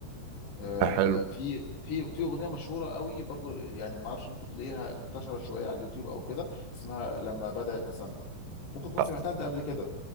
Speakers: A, on the left (about 60°); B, on the right (about 75°).
A: آه،
B: آه، حلو
A: في في في أغنية مشهورة قوي برضو يعني ما اعرفش ممكن تلاقيها انتشرت شوية على اليوتيوب او كده اسمها لما بدأ يتسنى ممكن تكون
B: اه
A: سمعتها انت قبل كده